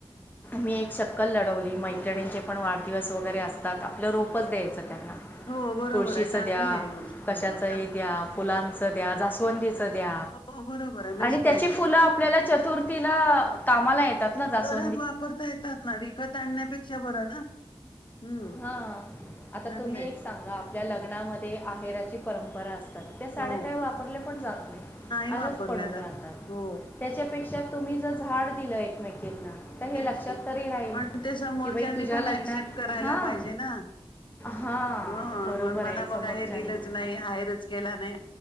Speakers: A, on the left; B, on the left.
A: मी एक शक्कल लढवली. मैत्रणींचे पण वाढदिवस वगैरे असतात. आपलं रोपच द्यायचं त्या --
B: हो बरोबर
A: तुळशीच
B: आहे चांगली
A: द्या.
B: आहे ही गोष्ट
A: कशाचही
B: हो
A: द्या. फुलांच द्या. जास्वंदी च द्या
B: हो बरोबर आहे
A: आणि
B: बेस्ट
A: त्याची
B: आयडिया
A: फुलं
B: आहे.
A: आपल्याला चतुर्थीला कामाला येतात ना. जास्वं --
B: रोज वापरता येतात ना. विकत आणण्यापेक्षा बर ना. हम्म
A: हा. आता
B: चांगलंय.
A: तुम्ही एक सांगा. या लग्नामध्ये आहेराची परंपरा असतात त्या साड्या
B: हो
A: काय वापरल्या जात नाही
B: वापरल्या
A: असच पडुन
B: जात.
A: राहतात
B: हो
A: त्याच्यापेक्षा -- तुम्ही ज झाड दिलं एकमेकींना. तर
B: तेच
A: हे लक्षात
B: की
A: तरी राहील
B: पण ते समोरच्यानी
A: की बाई तुझ्या
B: पण
A: लग्नात
B: ऍक्सेप्ट करायला
A: हां
B: पाहिजे ना.
A: हां
B: ह
A: बरोबर
B: मग मला
A: आहे
B: बघा
A: समोरच्यांनी
B: हे दिलंच नाही. आहेर केला नाही.